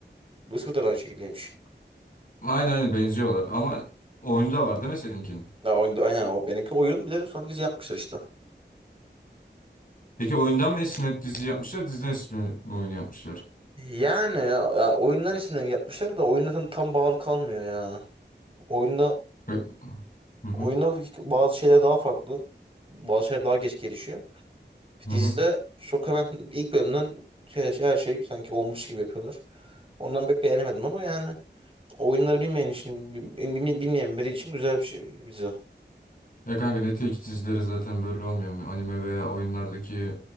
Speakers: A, on the right; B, on the left.
A: Lucifer da aynı şekildeymiş.
B: Aynı aynı benziyorlar ama oyunda var değil mi seninkinin?
A: Ya, oyun- aynen o. Benimki oyun bir de sonra dizi yapmışlar işte.
B: Peki oyundan mı esinlenip dizi yapmışlar, diziden esinlenip mi oyun yapmışlar?
A: Yani, ya, oyundan isimlerini yapmışlar da oyunda tam, tam bağlı kalmıyor ya. Oyunda
B: Ö- Hı hı
A: Oyunda bazı şeyler daha farklı. Bazı şeyler daha geç gelişiyor.
B: hı
A: Dizide
B: hı.
A: çok hemen <laughs> ilk bölümden şey, şey- her şey sanki olmuş gibi yapıyorlar. Ondan pek beğenemedim ama yani oyunları bilmeyen için, bil- bil- bilmeyen biri için güzel bir şey dizi.
B: Ya kanka Netflix dizileri zaten böyle olmuyor mu? Anime veya oyunlardaki